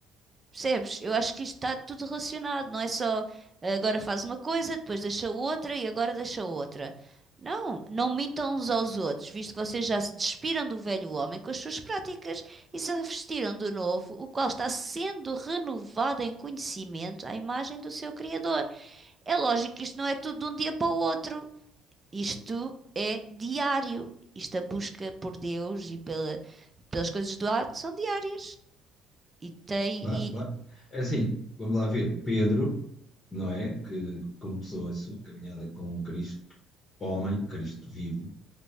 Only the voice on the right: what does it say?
Percebes? Eu acho que isto está tudo relacionado. Não é só ah, agora faz uma coisa, depois deixa outra e agora deixa outra. Não, não mintam uns aos outros, visto que vocês já se despiram do velho homem com as suas práticas e se vestiram do novo, o qual está sendo renovado em conhecimento à imagem do seu Criador. É lógico que isto não é tudo de um dia para o outro. Isto é diário. Isto a busca por Deus e pela, pelas coisas do alto são diárias. E tem.
E,